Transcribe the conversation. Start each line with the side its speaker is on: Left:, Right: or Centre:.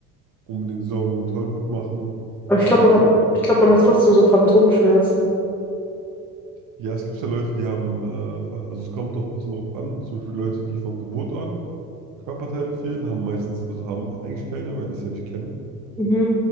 Right: unbedingt Sorgen und Tollwut machen,
Centre: Aber
Right: wenn
Centre: ich glaube,
Right: es jetzt
Centre: man hat,
Right: nicht da war.
Centre: ich glaube, man hat trotzdem so Phantomschmerzen.
Right: Ja, es gibt ja Leute, die haben, äh, ver- also es kommt auch ein bisschen drauf an, zum Beispiel Leute, die von Geburt an Körperteile fehlen, haben meistens, also haben eigentlich keine, weil die es ja nicht kennen.
Centre: Mhm.